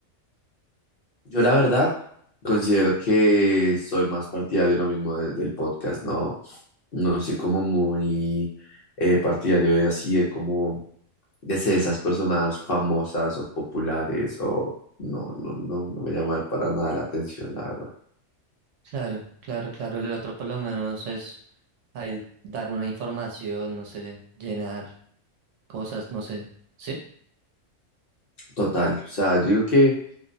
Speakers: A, on the left; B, on the right.
A: Yo la verdad considero que soy más partidario de lo mismo de- del podcast, no, no soy como muy eh, partidario de así de como de ser esas personas famosas o populares o no, no, no, no me llama para nada la atención, la verdad.
B: Claro, claro, claro. El otro por lo menos es ahí dar una información, no sé, llenar cosas, no sé. ¿Sí?
A: Total, o sea, yo digo que